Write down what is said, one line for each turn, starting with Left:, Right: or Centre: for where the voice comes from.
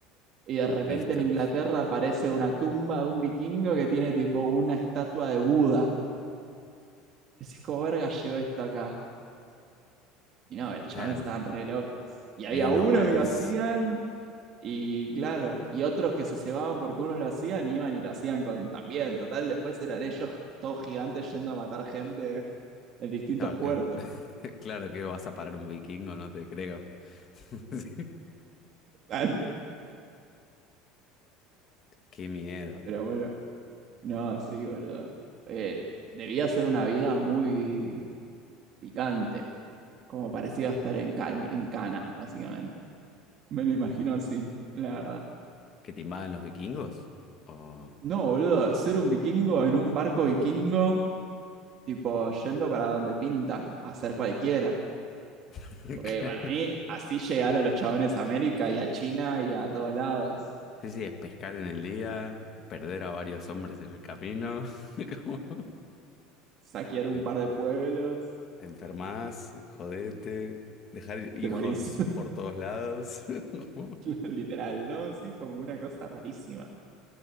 Right: Y de repente
Left: listo.
Right: en Inglaterra aparece una tumba de un vikingo que tiene tipo una estatua de Buda. Y Decís, ¿cómo verga llegó esto acá? Y no, los chavales
Left: Claro,
Right: estaban re locos. Y había
Left: medio nómades.
Right: uno que lo hacían Y claro, y otros que se cebaban porque unos lo hacían, iban y lo hacían con también. Total, después eran ellos todos gigantes yendo a matar gente en distintos
Left: Claro,
Right: puertos.
Left: que, <laughs> claro que vas a parar un vikingo, no te creo. <laughs>
Right: Total.
Left: Qué miedo.
Right: Pero bueno, no, sí, boludo. Eh, debía ser una vida muy picante, como parecía estar en, cal- en Cana, básicamente. Me lo imagino así, la verdad.
Left: ¿Que te invaden los vikingos? O...
Right: No, boludo, ser un vikingo en un barco vikingo, tipo yendo para donde pinta, a hacer cualquiera.
Left: <laughs>
Right: Porque para mí, así llegaron los chabones a América y a China y a todos lados.
Left: Sí, sí, es pescar en el día, perder a varios hombres en el camino, <laughs> como
Right: Saquear un
Left: te,
Right: par de pueblos,
Left: te enfermas, jodete, dejar hijos
Right: te morís.
Left: por todos lados. <laughs> como-
Right: <laughs> Literal, ¿no? Sí, como una cosa rarísima.